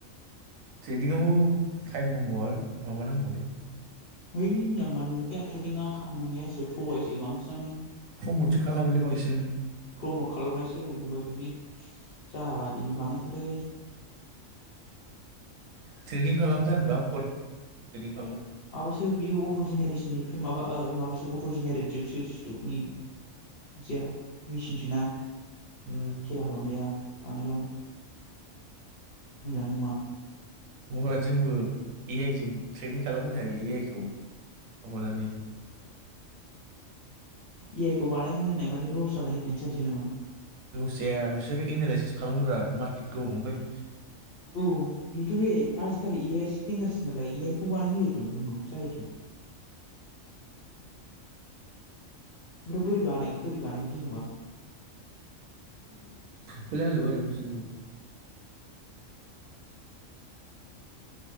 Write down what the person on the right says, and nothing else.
ट्रेनिंआवबो टाइम नांगौ आरो माबा नांगौलै।
प्रमटसो खालामोलै बांसिन
थ्रेडिं खालाम थारनोबा <inaudible> <unintelligible>
उम
अबा जोंबो ए आइ जों ट्रेनिं खालामनो होनो हायो ए आइ खौ माबानानै
लसजाया बिसोरो एनालायसिस खालामग्रा मार्केटखौ ओमफफ्राय
<unintelligible>